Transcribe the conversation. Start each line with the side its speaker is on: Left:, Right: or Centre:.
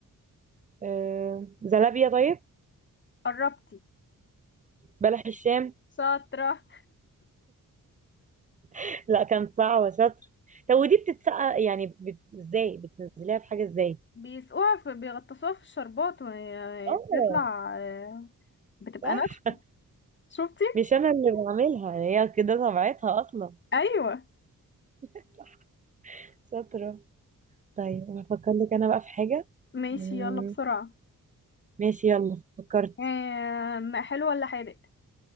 Right: آه... زلابية طيب
Left: قربتي
Right: بلح الشام
Left: شاطرة
Right: <laughs> لا كان صعبة شاطر طب ودي بتتسقى يعني بت... ازاي بتنزليها في حاجة ازاي
Left: بيسقوها في بيغطسوها في الشربات وهي
Right: اه
Left: بتطلع آه، بتبقى
Right: صح
Left: ناشفة شفتي
Right: مش انا اللي بعملها هي كده طبيعتها اصلا
Left: ايوه
Right: <laughs> صح شاطرة طيب هفكر لك انا بقى في حاجة
Left: ماشي
Right: مم،
Left: يلا بسرعة
Right: ماشي يلا فكرت
Left: آم، حلو ولا حادق